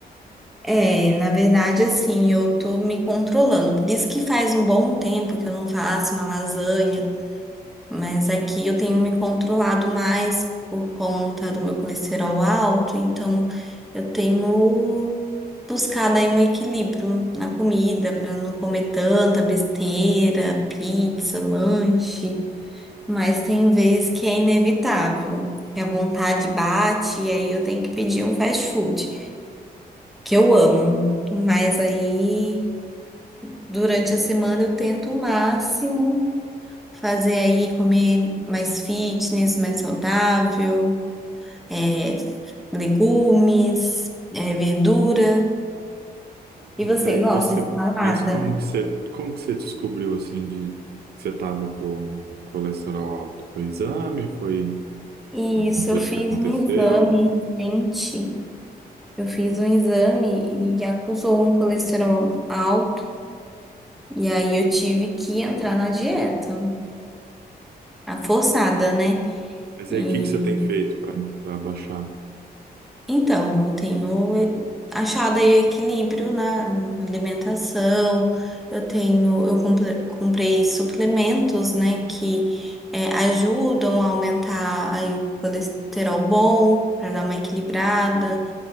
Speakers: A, in the centre; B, on the right.
A: é, na verdade, assim, eu tô me controlando. Por isso que faz um bom tempo que eu não faço uma lasanha, mas aqui eu tenho me controlado mais por conta do meu colesterol alto, então eu tenho buscado aí um equilíbrio na comida para não comer tanta besteira, pizza, lanche. Mas tem vezes que é inevitável, que a vontade bate e aí eu tenho que pedir um fast food, que eu amo. Mas aí, durante a semana, eu tento o máximo fazer aí comer mais fitness, mais saudável, é, legumes, é, verdura. E
B: Mas
A: você
B: aí
A: gosta
B: você,
A: de salada?
B: mas como que você, como que você descobriu assim de que você tava com colesterol alto? Foi exame? Foi
A: Isso,
B: alguma coisa
A: eu fiz
B: que aconteceu?
A: um exame recente. Eu fiz um exame e acusou um colesterol alto. E aí eu tive que entrar na dieta, a forçada, né?
B: Mas
A: E
B: aí o que que você tem feito para para baixar?
A: então eu tenho eh, achado aí equilíbrio na na alimentação. Eu tenho, eu comple- comprei suplementos, né, que eh, ajudam a aumentar aí o colesterol bom para dar uma equilibrada.